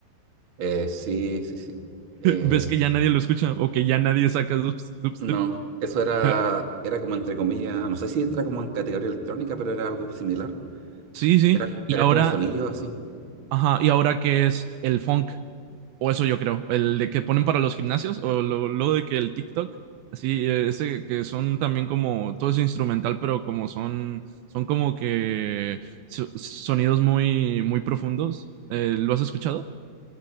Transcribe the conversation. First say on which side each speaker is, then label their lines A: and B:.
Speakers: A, on the right; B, on the right.
A: Eh, sí, sí, sí.
B: <laughs>
A: Eh,
B: ¿Ves que ya nadie lo escucha o que ya nadie saca dubs- dubstep?
A: No, eso era,
B: Eh,
A: era como entre comillas, no sé si entra como en categoría electrónica, pero era algo similar.
B: Sí, sí.
A: Era,
B: Y
A: era
B: ahora,
A: como sonido así.
B: ajá, y ahora que es el funk. O eso yo creo, el de que ponen para los gimnasios o lo, lo de que el TikTok, así, eh, ese que son también como, todo es instrumental, pero como son, son como que so- sonidos muy, muy profundos. Eh, ¿lo has escuchado?